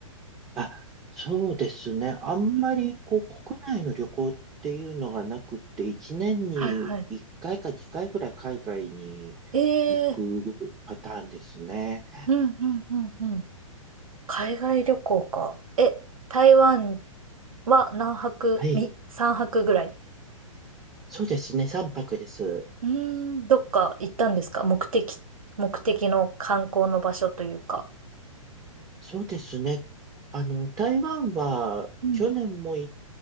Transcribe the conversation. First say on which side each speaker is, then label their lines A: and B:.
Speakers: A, on the right; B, on the right.
A: あ、そうですね。あんまりこう国内の旅行っていうのがなくって、
B: うん
A: 1年に1回か2回ぐらい海外に行くパターンですね。
B: はいはい。ええうんうんうんうん。海外旅行か。え、台湾は何泊、
A: はい。
B: み、泊ぐらい。
A: そうですね。3泊です。
B: うーん、どっか行ったんですか目的、目的の観光の場所というか。
A: そうですね。あの、台湾は去年も行っ
B: うん。